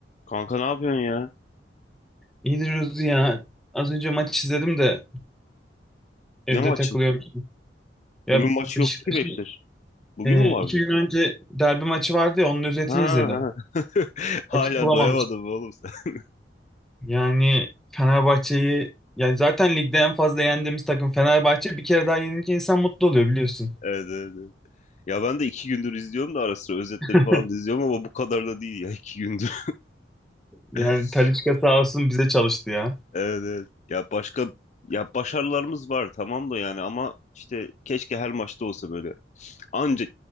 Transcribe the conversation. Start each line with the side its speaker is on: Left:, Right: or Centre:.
Left: Kanka ne yapıyorsun ya?
Centre: İyidir Ruzi ya. Az önce maç izledim de evde
Left: Ne maçı?
Centre: takılıyorum. Ya
Left: Bugün maçı
Centre: Beşiktaş'ın
Left: yoktu ki Beşiktaş. Bugün
Centre: e,
Left: mü vardı?
Centre: iki gün önce derbi maçı vardı ya onun özetini
Left: Ha,
Centre: izledim.
Left: ha. <laughs> Hala
Centre: Vakit bulamamıştım.
Left: doyamadım oğlum sen. <laughs>
Centre: Yani Fenerbahçe'yi yani zaten ligde en fazla yendiğimiz takım Fenerbahçe bir kere daha yenince insan mutlu oluyor biliyorsun.
Left: Evet, evet, evet. Ya ben de iki gündür izliyorum da ara sıra özetleri
Centre: <laughs>
Left: falan da izliyorum ama bu kadar da değil ya iki gündür.
Centre: Yani
Left: <laughs>
Centre: Talisca sağ olsun bize çalıştı ya.
Left: Evet, evet. Ya başka ya başarılarımız var tamam da yani ama işte keşke her maçta olsa böyle. Anca